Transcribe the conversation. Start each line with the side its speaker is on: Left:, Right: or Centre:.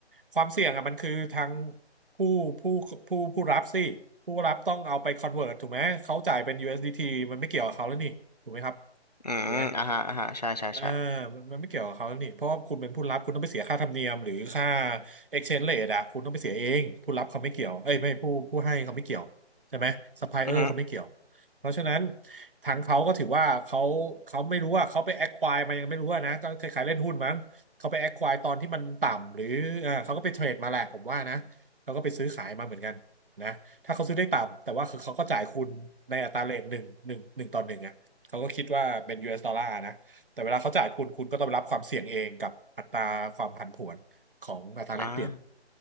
Right: ความเสี่ยงอ่ะมันคือทางผู้ผู้ผู้ผู้รับสิผู้รับต้องเอาไป convert ถูกไหมเขาจ่ายเป็น USDT มันไม่เกี่ยวกับเขาแล้วนี่ถูกไหมครับ
Left: อืมอ่าฮะอ่าฮะใช่ใช่ใช่
Right: ถูกไหม เออมันมันไม่เกี่ยวกับเขานี่เพราะว่าคุณเป็นผู้รับคุณต้องไปเสียค่าธรรมเนียมหรือค่า exchange rate อะคุณต้องไปเสียเองผู้รับเขาไม่เกี่ยวเอ้ยไม่ผู้ผู้ให้เขาไม่เกี่ยวใช่ไหม supplier
Left: อือฮึ
Right: เขาไม่เกี่ยวเพราะฉะนั้นทางเขาก็ถือว่าเขาเขาไม่รู้ว่าเขาไป acquire มายังไม่รู้อะนะก็คล้ายๆเล่นหุ้นมั้งเขาไป acquire ตอนที่มันต่ำหรือเออเขาก็ไปเทรดมาแหละผมว่านะเขาก็ไปซื้อขายมาเหมือนกันนะถ้าเขาซื้อได้ต่ำแต่ว่าคือเขาก็จ่ายคุณในอัตราเรทหนึ่งหนึ่งหนึ่งต่อหนึ่งอะเขาก็คิดว่าเป็นยูเอสดอลลาร์นะ แต่เวลาเขาจ่ายคุณคุณก็ต้องรับความเสี่ยงเองกับอัตราความผันผวนของอัตราแลกเปลี่ยน
Left: อ่า